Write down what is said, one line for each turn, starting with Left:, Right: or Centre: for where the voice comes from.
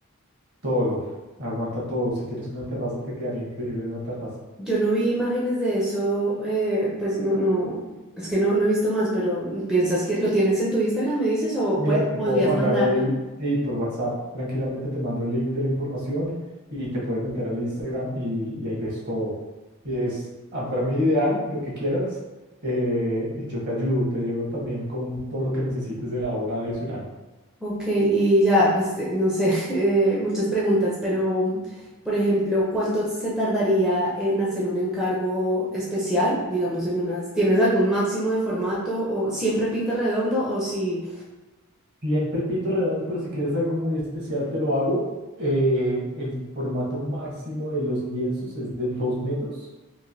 Right: todo, aguanta todo. Si tienes una terraza, te quedaría increíble en una terraza.
Centre: Yo no vi imágenes de eso, eh, pues no, no, es que no, no he visto más, pero ¿piensas que lo tienes en tu Instagram, me dices, o
Right: Mira,
Centre: pue-
Right: te
Centre: podrías
Right: puedo mandar
Centre: mandarme?
Right: el, y por WhatsApp tranquilamente te mando el link de la información y te puedes meter al Instagram y, y ahí ves todo. Y es ah, para mí ideal lo que quieras eh, y yo te ayudo, te ayudo también con todo lo que necesites de la obra adicional.
Centre: Ok, y ya, pues te- no sé, <laughs> eh, muchas preguntas, pero por ejemplo, ¿cuánto se tardaría en hacer un encargo especial? Digamos, en unas, ¿tienes algún máximo de formato o siempre pinta redondo o si...
Right: Siempre pinto redondo, pero si quieres algo muy especial te lo hago. Eh, el formato máximo de los lienzos es de 2 metros,